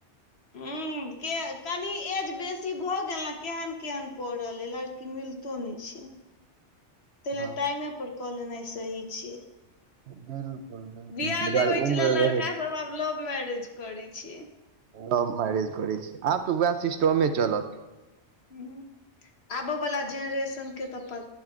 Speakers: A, on the left; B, on the right.
A: हूँ के कनि एज बेसी भऽ गेल ने केहन केहन पड़ल अय लड़ की मिलतो नै छै तयले
B: हँ
A: टाइमे पर कऽ लेनाइ सही छैय।
B: बिल्कुल बिल्कुल
A: बिआाह
B: ताहि दुआरे
A: नहि होइ
B: उम्र
A: छलै लड़का
B: रहैत
A: सब आब लव मैरेज करै छै।
B: लव मैरेज करै छै आब तऽ वएह सिस्टमे चलत।
A: हूँ हूं आबय वला जेनरेशन के तऽ